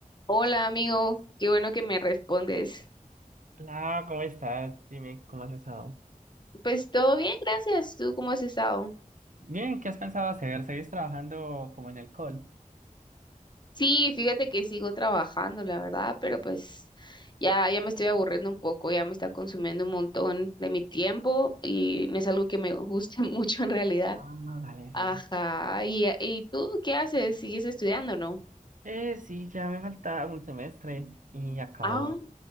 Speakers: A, on the left (about 30°); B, on the right (about 65°).
A: Hola amigo, qué bueno que me respondes.
B: Hola, ¿cómo estás? Dime, ¿cómo has estado?
A: Pues todo bien, gracias. ¿Tú cómo has estado?
B: Bien, ¿qué has pensado hacer? ¿Seguís trabajando como en el call?
A: Sí, fíjate que sigo trabajando, la verdad, pero pues ya, ya me estoy aburriendo un poco, ya me está consumiendo un montón de mi tiempo y no es algo que me guste <laughs> mucho en realidad.
B: Ah, dale,
A: Ajá,
B: sí.
A: ¿y, y tú qué haces? ¿Sigues estudiando, no?
B: Eh, sí, ya me falta un semestre y acabo.
A: Ah,